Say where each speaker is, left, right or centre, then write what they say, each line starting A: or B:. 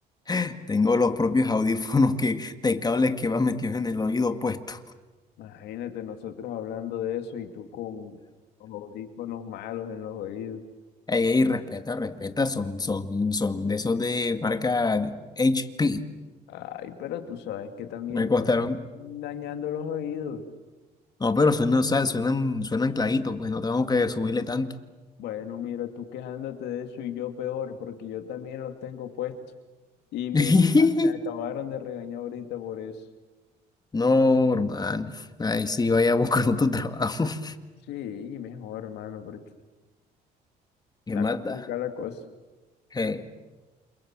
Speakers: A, on the left; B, on the left.
A: <laughs> Tengo los propios audífonos que, de cables que van metidos en el oído puesto.
B: Imagínate nosotros hablando de eso y tú con los audífonos malos en los oídos.
A: Ey, ey, respeta, respeta, son, son, son de esos de marca HP.
B: Ay, pero tú sabes que también
A: Me costaron.
B: te van dañando los oídos.
A: No, pero suenan, o sea, suenan, suenan clarito, pues no tengo que subirle tanto.
B: Bueno, mira, tú quejándote de eso y yo peor, porque yo también los tengo puestos y me,
A: <laughs>
B: me acabaron de regañar ahorita por eso.
A: No, hermano. Ahí sí, vaya buscando tu trabajo. <laughs>
B: Sí, mejor, hermano, porque
A: ¿Qué
B: está
A: más
B: complicada
A: da?
B: la cosa.
A: Eh,